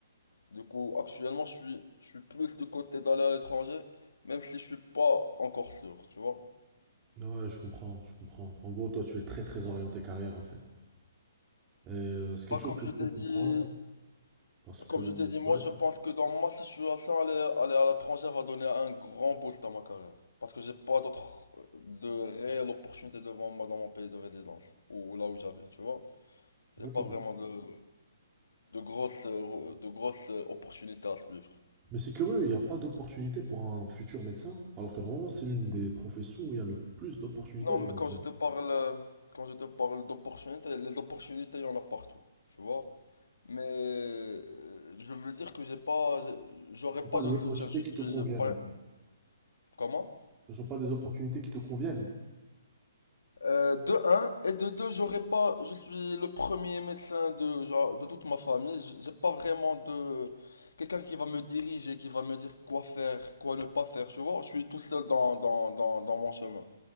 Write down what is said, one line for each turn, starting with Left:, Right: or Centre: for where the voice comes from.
Left: Du coup, actuellement, je suis, je suis plus du côté d'aller à l'étranger, même si je suis pas encore sûr, tu vois.
Right: Ouais, je comprends, je comprends. En gros, toi, tu es très très orienté carrière en fait. Et euh, c'est
Left: Bah,
Right: quelque chose
Left: comme
Right: que
Left: je
Right: je
Left: t'ai
Right: peux comprendre
Left: dit,
Right: parce que
Left: Comme
Right: ouais.
Left: je t'ai dit, moi je pense que dans ma situation, aller, aller à l'étranger va donner un grand boost à ma carrière. Parce que j'ai pas d'autres de réelles opportunités devant moi dans mon pays de résidence, ou là où j'habite, tu vois. J'ai
Right: Ok.
Left: pas vraiment de, de grosses, euh, de grosses euh, opportunités à suivre.
Right: Mais c'est curieux, il n'y a pas d'opportunité pour un futur médecin, alors que normalement, c'est l'une des professions où il y a le plus d'opportunités,
Left: Non,
Right: j'ai
Left: mais
Right: envie
Left: quand
Right: de dire.
Left: je te parle, euh, quand je te parle d'opportunités, les opportunités, il y en a partout, tu vois. Mais euh, je veux dire que j'ai pas, j'ai- j'aurais
Right: Pas
Left: pas
Right: des
Left: de
Right: opportunités
Left: soutien. Je
Right: qui
Left: suis
Right: te conviennent
Left: pas, comment?
Right: Ce ne sont pas des opportunités qui te conviennent.
Left: Euh, de un, et de deux, j'aurais pas, je suis le premier médecin de, genre, de toute ma famille, J- j'ai pas vraiment de, quelqu'un qui va me diriger, qui va me dire quoi faire, quoi ne pas faire, tu vois, je suis tout seul dans, dans, dans, dans mon chemin.